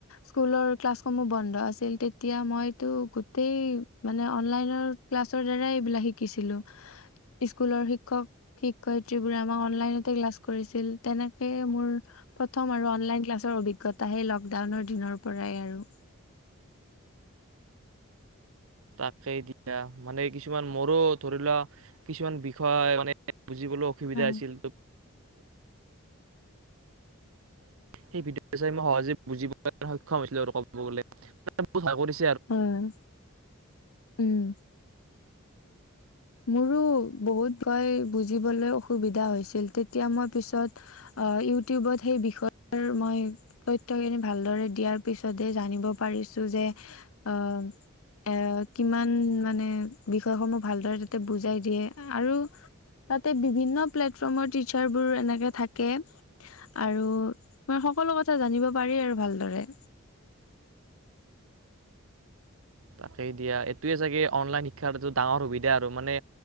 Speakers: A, on the left; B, on the right.
A: স্কুলৰ ক্লাছসমূহ বন্ধ আছিল তেতিয়া মইতো গোটেই মানে অনলাইনৰ ক্লাছৰ দ্বাৰাই এইবিলাক শিকিছিলো স্কুলৰ শিক্ষক শিক্ষয়ত্ৰীবোৰে আমাক অনলনতে ক্লাছ কৰিছিল তেনেকে মোৰ প্ৰথম আৰু অনলাইন ক্লাছৰ অভিজ্ঞতা সেই লকডাউনৰ দিনৰ পৰাই আৰু
B: তাকে দিয়া মানে কিছুমান মোৰো ধৰি লোৱা কিছুমান বি বিষয় মানে বুজিবলৈ অসুবিধা
A: হয়
B: আছিল। সেই ভিদেঅ চাই মই সহজে বুজিলে সক্ষম হৈছিলো আৰু কব গলে বহুত ভাল আছিল।
A: উম উম মোৰো বহুত ভয় বুজিবলৈ অসুবিধা হৈছিল তেতিয়া মই পিছত ইউটিউবত সেই বিষয়ে মই তথ্যখিনি ভালদৰে দিয়াৰ পিছতে জানিব পাৰিছো যে অ এ কিমান মানে বিষয়সমূহ ভালদৰে বুজাই দিয়ে আৰু তাতে বিভিন্ন প্লেটফৰ্মৰ টিচাৰবোৰ এনেকে থাকে আৰু মই সকলো কথা জানিব পাৰি আৰু ভালদৰে
B: তাকেই দিয়া এইটোয়ে চাগে অনলাইন শিক্ষাটো ডাঙৰ সুবিধা আৰু মানে